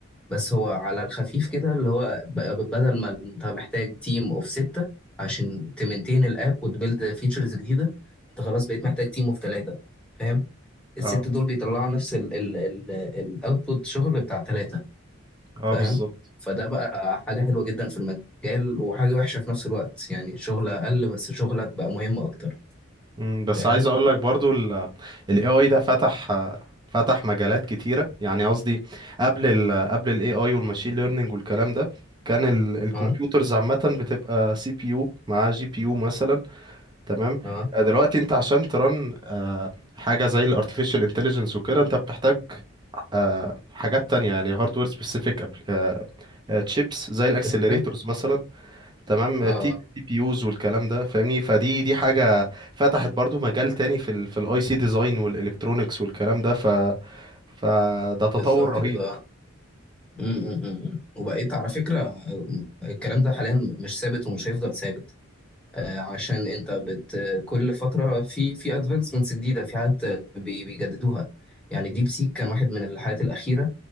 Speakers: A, in the centre; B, on the right.
A: بس هو على الخفيف كده اللي هو ب- بدل ما انت محتاج تيم اوف ستة عشان تمنتين الاب وتبيلد فيتشرز جديدة انت خلاص بقيت محتاج تيم اوف ثلاثة فاهم الست
B: اه
A: دول بيطلعوا نفس الاوتبوت شغل بتاع ثلاثة
B: اه
A: فاهم
B: بالظبط
A: فده بقى حاجة حلوة جدا في المجال وحاجة وحشة في نفس الوقت يعني شغل أقل بس شغلك بقى مهم أكتر
B: مم، بس
A: فاهم
B: عايز اقول لك برضو ال ال AI ده فتح فتح مجالات كتيرة يعني قصدي قبل ال قبل ال AI والماشين ليرنينج والكلام ده كان ال- الكمبيوترز
A: اه
B: عامة بتبقى سي بي يو مع جي بي يو مثلا تمام
A: اه
B: آه، دلوقتي انت عشان ترن آه، حاجة زي ال artificial intelligence وكده انت بتحتاج آه، حاجات تانية يعني hardware specific آه، آه، chips زي الاكسلريتورز
A: بس انت
B: مثلا تمام
A: اه
B: آه، تي تي بي يوز والكلام ده فاهمني فدي دي حاجه فتحت برضو مجال تاني في ال في الاي سي ديزاين والالكترونكس والكلام ده ف فده تطور
A: بالظبط
B: رهيب
A: كده م- م- م. وبقيت على فكرة الكلام ده حاليا مش ثابت ومش هيفضل ثابت آه، عشان انت بت كل فترة في في ادفانسمنتس جديدة في حاجات بي- بيجددوها يعني ديب سيك كان واحد من الحاجات الأخيرة